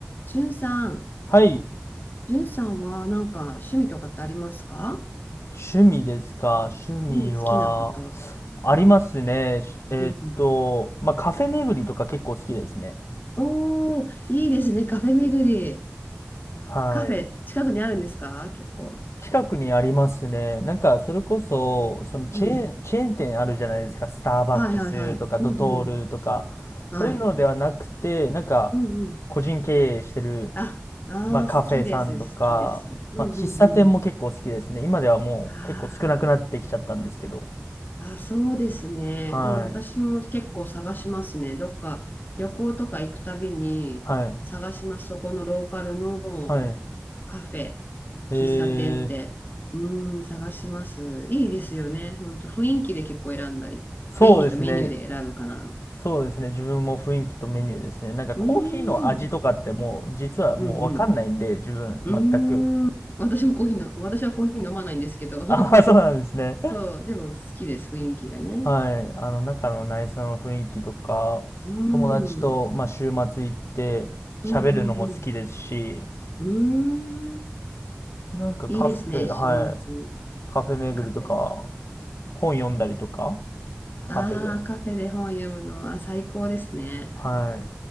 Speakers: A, on the left; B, on the left.
A: じゅんさん、
B: はい。
A: じゅんさんはなんか趣味とかってありますか
B: 趣味ですか。趣味は、
A: うん、好きなこととか。
B: ありますね。えーっと、
A: うんうん。
B: まあ、カフェ巡りとか結構好きですね。
A: おー、いいですね、カフェ巡り。
B: はい。
A: カフェ、近くにあるんですか結構。
B: 近くにありますね。なんか、それこそ、そのチェーン、
A: うん。
B: チェーン店あるじゃないですか。スターバックスとか、
A: はいはいはい。うんうん。
B: ドトールとか、
A: はい。
B: そういうのではなくて、なんか、
A: うんうん。
B: 個人経営してる、
A: あ、あー、
B: まあ、カフェさんとか、
A: 好きです、好きです。うんうんうん。
B: まあ、喫茶店も結構好きですね。今ではもう結構少なくなってきちゃったんですけど。
A: あー、あ、そうですね。
B: はい。
A: でも私も結構探しますね。どっか旅行とか行くたびに探します。
B: はい。
A: そこのローカルの
B: はい。
A: カフェ、
B: え
A: 喫茶店って、
B: ー、
A: うーん、探します。いいですよね。ほんと、雰囲気で結構選んだり、
B: そうですね。
A: 雰囲気とメニューで選ぶかな。
B: そうですね。自分も雰囲気とメニューですね。なんかコーヒーの味とかってもう実はもうわかんないんで、
A: うーん、うん、
B: 自分全く。
A: うん。うーん、私もコーヒーの、私はコーヒー飲まないんですけど、
B: ああ、
A: <laughs>
B: <laughs> そうなんですね。
A: そう、でも好きです、雰囲気がね、やっぱり。
B: はい。あの中の内装の雰囲気とか、
A: うーん、
B: 友達と、
A: うん、
B: まあ、週末行って喋るのも好きですし、
A: うん、うん。うーん、
B: なんかカフェ、
A: いいですね、
B: はい。
A: 週末
B: カフェ巡りとか、
A: カフェ。
B: 本読んだりとか、カフェで。
A: ああ、カフェで本読むのは最高ですね。
B: はい。